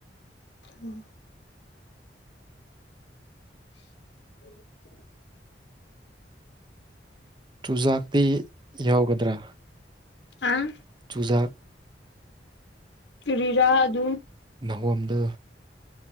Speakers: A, on the left; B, on the right.
A: ꯎꯝ <inaudible>
B: ꯆꯨꯖꯥꯛꯇꯤ ꯌꯥꯎꯒꯗ꯭ꯔꯥ
A: ꯑꯥꯡ
B: ꯆꯨꯖꯥꯛ
A: ꯀꯔꯤꯔꯥ ꯑꯗꯨ?
B: ꯅꯍꯣꯝꯗ,